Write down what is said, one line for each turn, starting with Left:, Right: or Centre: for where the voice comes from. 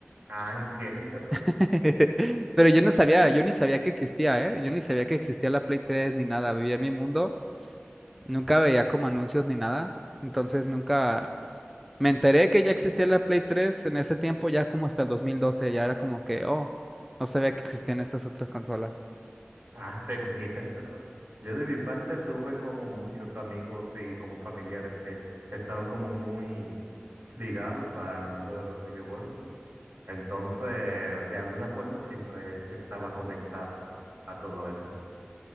Right: Ah, <laughs> entiendo.
Centre: <laughs> Pero yo no sabía, yo ni sabía que existía, ¿eh? Yo ni sabía que existía la Play 3 ni nada. Vivía en mi mundo, nunca veía como anuncios ni nada. Entonces nunca me enteré que ya existía la Play 3 en ese tiempo, ya como hasta el 2012. Ya era como que, oh, no sabía que existían estas otras consolas.
Right: Ah, te entiendo. Yo de mi parte tuve como muchos amigos y como familiares que estaban como muy ligados al mundo de los videojuegos. Entonces, de alguna forma siempre estaba conectado a todo eso.